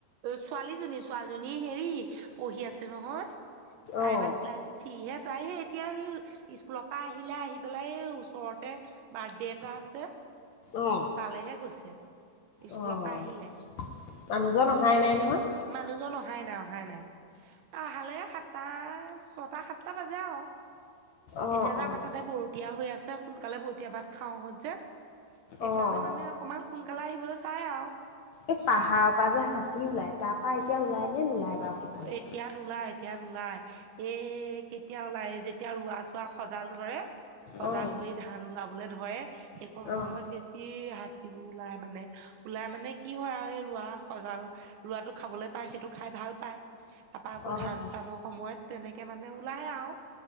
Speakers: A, on the right; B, on the left.
A: ছোৱালীজনী ছোৱালীজনী হেৰি পঢ়ি আছে নহয়? তাই
B: অ',
A: বা ক্লাছ থ্ৰী হে তাইে এতিয়া এই স্কুলৰ পৰা আহিলে আহি পেলাই- ওচৰতে বাৰ্থডে এটা আছে
B: অ',
A: তালৈহে গৈছে। স্কুলৰ
B: অ',
A: পৰা আহিলে
B: মানুহজন অহাই নাই নহয়?
A: মানুহজন অহাই নাই অহাই নাই। আহ হালে সাতটা ছয়টা সাতটা বাজে আও
B: অ',
A: এতিয়া যে
B: অ',
A: আমাৰ তাতে বৰতীয়া হৈ আছে সোনকালে বৰতীয়া ভাত খাও হত যে সেইকাৰণে
B: অ',
A: মানে
B: অ,
A: অকমান সোনকালে আহিবলৈ চাই আও।
B: এই পাহাৰৰ পৰা যে হাতী ওলাই তাৰ পৰা এতিয়া ওলাই নে নোলাই? বাৰু সেইফালে?
A: এতিয়া নোলাই এতিয়া নোলাই এ কেতিয়া ওলাই যেতিয়া ৰোৱা চোৱা সজাল ধৰে সজাল
B: অ',
A: ধৰি ধান ওলাবলে ধৰে সেইকণ
B: অ'।
A: সময়ত বেছি হাত- হাতিবোৰ ওলাই মানে ওলাই মানে কি হয় আৰু সেই ৰোৱা সজাল ৰোৱাটো খাবলৈ পায় সেইটো খাই ভাল পাই। তাপা আকৌ
B: অ',
A: ধান চানৰ সময়ত তেনেকে মানে ওলাই আও।